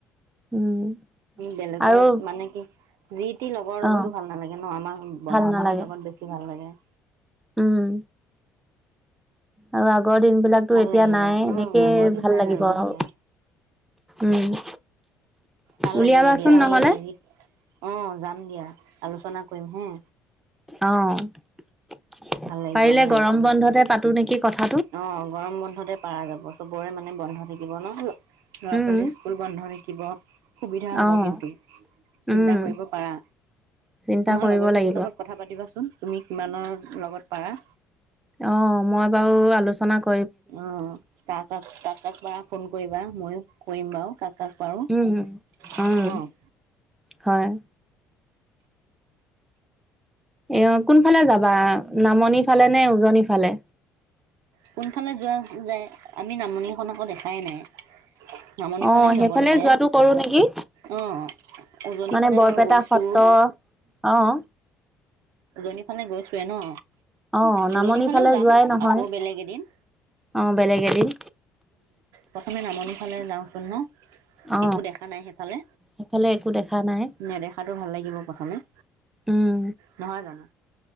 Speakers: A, in the centre; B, on the right (about 75°).
A: উম,
B: বেলেগৰ
A: আৰু
B: মানে কি? যি টি লগৰ লগতো
A: অ',
B: ভাল নালাগে ন আমাৰ
A: ভাল
B: বন্ধুখিনিৰ
A: নালাগে।
B: লগত বেছি ভাল লাগে।
A: উম আৰু আগৰ দিন বিলাকতো
B: ভাল
A: এতিয়া
B: লাগিব
A: নাই
B: উম
A: এনেকেই
B: আগৰ দিন
A: ভাল
B: নাই
A: লাগিব আৰু
B: এতিয়া
A: উম
B: ভাল
A: উলিয়াবাচোন
B: লাগিলে দিয়া এই
A: নহ'লে।
B: হেৰিত অ' যাম দিয়া। আলোচনা কৰিম হে
A: অ' পাৰিলে
B: ভাল লাগিব আমি
A: গৰম
B: আলোচনা
A: বন্ধতে
B: কৰিম।
A: পাতো নেকি কথা।
B: অ' গৰম বন্ধতে পাৰা যাব চবৰে মানে। মানে বন্ধ থাকিব ন। ল'ৰা
A: উম,
B: ছোৱালী স্কুল বন্ধ নেকি। গৰমত। সুবিধা হ'ব
A: অ',
B: কিন্তু চিন্তা
A: উম,
B: কৰিব পাৰা
A: চিন্তা
B: আমাৰ
A: কৰিব
B: লগৰখিনিৰ
A: লাগিব
B: লগত কথা পাতিবাচোন তুমি কিমানৰ লগত পাৰা।
A: অ' মই বাৰু আলোচনা কৰো।
B: উম কাক কাক পাৰু। ফোন কৰিবা ময়ো। কৰিম বাৰু কাক কাক পাৰো
A: উম, উম,
B: অ'।
A: হয় এ অ' কোনফালে যাবা? নামনি ফালে নে উজনিৰ ফালে।
B: কোনফালে যোৱা যায় আমি নামনিখন আকৌ দেখাই নাই। নামনি
A: অ'
B: ফালেও যাব
A: সেইফালে
B: লাগে
A: যোৱাটো কৰো নেকি
B: অ উজনি
A: মানে
B: ফালে
A: বৰপেটা
B: বাৰু গৈছো
A: সত্ৰ অ'।
B: উজনি ফালে গৈছোৱে ন?
A: অ'
B: উজনি
A: নামনি
B: ফালেও
A: ফালে
B: যাম
A: যোৱাই নহয়।
B: আকৌ বেলেগ এদিন উম
A: অ', বেলেগ এদিন
B: প্ৰথমে নামনি ফালে যাওঁচোন ন।
A: অ
B: একো দেখা নাই সেইফালে
A: সেইফালে একো দেখা নাই
B: নেদেখাতো ভাল লাগিব কথা। <unintelligible>
A: উম
B: নহয় জানো।